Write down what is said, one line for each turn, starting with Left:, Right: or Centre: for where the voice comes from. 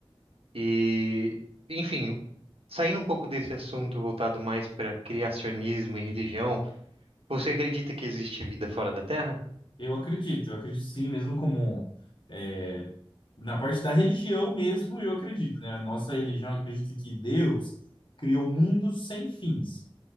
Right: E, enfim, saindo um pouco desse assunto voltado mais para criacionismo e religião, você acredita que existe vida fora da Terra?
Left: Eu acredito, eu acredito sim, mesmo como é, na parte da religião mesmo, eu acredito, né? A nossa religião acredita que Deus criou o mundo sem fins.